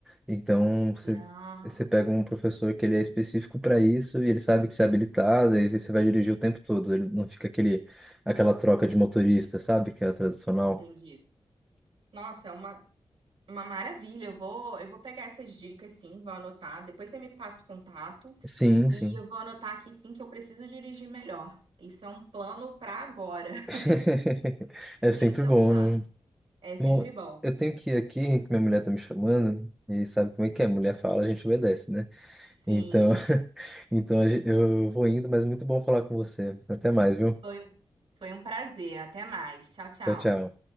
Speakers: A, in the centre; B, on the right.
A: Então, você,
B: Ah,
A: você pega um professor que ele é específico para isso e ele sabe que você é habilitado, e aí você vai dirigir o tempo todo. Ele não fica aquele, aquela troca de motorista, sabe? Que é a tradicional.
B: entendi. Nossa, é uma Uma maravilha, eu vou, eu vou pegar essas dicas sim, vou anotar. Depois você me passa o contato
A: Sim,
B: e
A: sim.
B: eu vou anotar aqui sim que eu preciso dirigir melhor. Isso é um plano para agora. <laughs>
A: <laughs> É sempre
B: Então
A: bom,
B: tá,
A: né?
B: é sempre
A: Bom,
B: bom.
A: eu tenho que ir aqui, que minha mulher tá me chamando, e sabe como é que é? Mulher fala, a gente obedece, né?
B: Sim,
A: Então, <laughs> então a gen- eu vou indo, mas muito bom falar com você. Até mais, viu?
B: foi, um- foi um prazer. Até mais. Tchau, tchau.
A: Tchau, tchau.